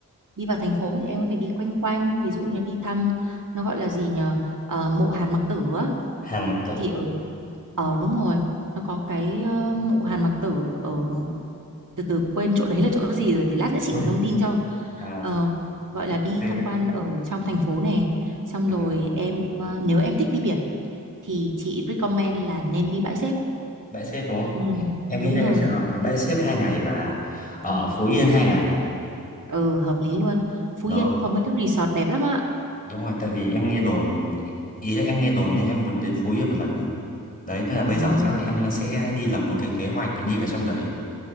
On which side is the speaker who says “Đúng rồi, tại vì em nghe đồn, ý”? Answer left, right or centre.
Left